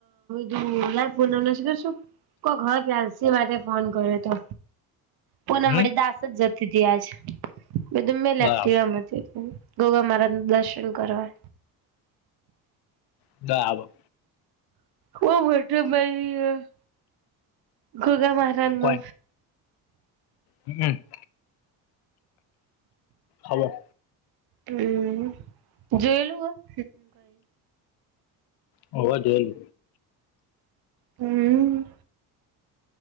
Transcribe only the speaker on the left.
હમ
બરાબર
બરાબર
કોઈ હમ, હલો.
હોવ જોયેલુ